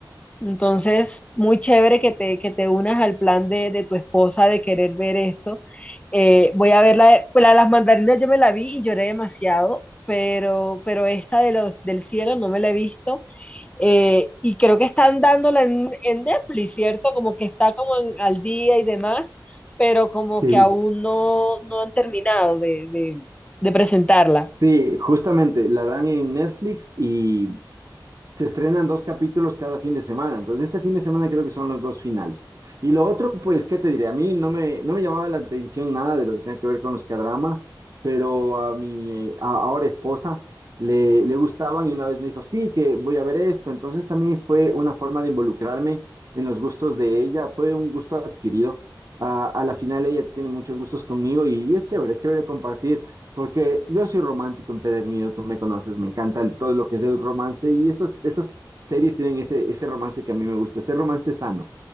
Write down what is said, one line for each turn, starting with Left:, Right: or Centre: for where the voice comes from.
Left: Entonces, muy chévere que te, que te unas al plan de, de tu esposa de querer ver esto. Eh, voy a ver la, de- pues la de las mandarinas, yo me la vi y lloré demasiado, pero, pero esta de los del cielo no me la he visto. Eh, y creo que están dándola en, en Netflix, ¿cierto? Como que está como en- al día y demás, pero como
Right: Sí.
Left: que aún no, no han terminado de, de de presentarla.
Right: Sí, justamente, la dan en Netflix y se estrenan dos capítulos cada fin de semana. Entonces, este fin de semana creo que son los dos finales. Y lo otro, pues, ¿qué te diré? A mí no me, no me llamaba la atención nada de lo que tenga que ver con los cadramas, pero a mi eh, a- ahora esposa le, le gustaban y una vez me dijo, sí, que voy a ver esto. Entonces, también fue una forma de involucrarme en los gustos de ella. Fue un gusto adquirido. Ah, a la final, ella tiene muchos gustos conmigo y, y es chévere, es chévere compartir porque yo soy romántico empedernido, tú me conoces, me encanta el- todo lo que es el romance y estos, estas series tienen ese, ese romance que a mí me gusta, ese romance sano,